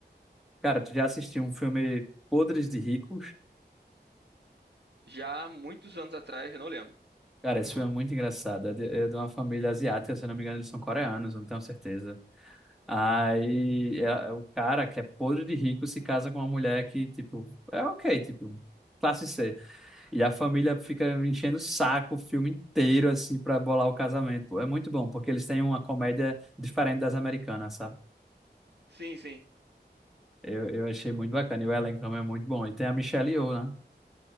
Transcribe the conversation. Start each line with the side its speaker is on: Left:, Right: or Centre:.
Centre: Cara, tu já assistiu um filme Podres de Ricos?
Right: Já há muitos anos atrás, eu não lembro.
Centre: Cara, esse filme é muito engraçado. É de, é de uma família asiática, se eu não me engano, eles são coreanos, não tenho certeza. Aí é, é o cara que é podre de rico se casa com uma mulher que, tipo, é ok, tipo, classe C. E a família fica enchendo o saco o filme inteiro, assim, pra bolar o casamento. Pô, É muito bom, porque eles têm uma comédia diferente das americanas, sabe?
Right: Sim, sim.
Centre: Eu, eu achei muito bacana. E o elenco também é muito bom. E tem a Michelle Yeoh, né?